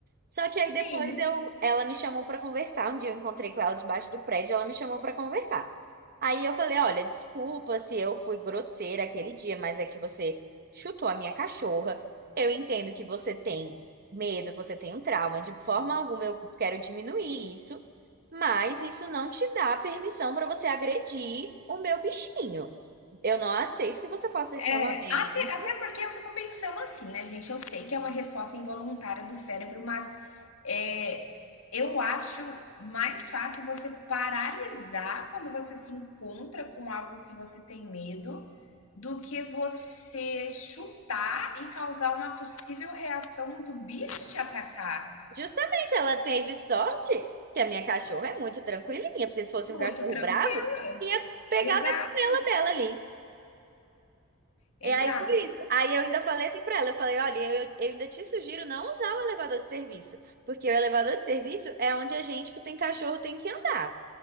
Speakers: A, on the right; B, on the left.
A: Só que aí
B: Sim,
A: depois eu, ela me chamou pra conversar. Um dia eu encontrei com ela debaixo do prédio, ela me chamou pra conversar. Aí eu falei, olha, desculpa se eu fui grosseira aquele dia, mas é que você chutou a minha cachorra. Eu entendo que você tem medo, que você tem um trauma. De forma alguma eu quero diminuir isso, mas isso não te dá permissão pra você agredir o meu bichinho. Eu não aceito que você faça isso
B: É,
A: novamente.
B: até, até porque eu fico pensando assim, né, gente? Eu sei que é uma resposta involuntária do cérebro, mas é, eu acho mais fácil você paralisar quando você se encontra com algo que você tem medo do que você chutar e causar uma possível reação do bicho te atacar.
A: Justamente, ela teve sorte que a minha cachorra é muito tranquilinha, porque se fosse
B: Muito
A: um cachorro
B: tranquilo.
A: bravo, tinha pegado
B: Exato,
A: a canela dela ali.
B: exato.
A: E aí foi isso. Aí eu ainda falei assim pra ela, eu falei, olha, eu, eu ainda te sugiro não usar o elevador de serviço, porque o elevador de serviço é onde a gente que tem cachorro tem que andar.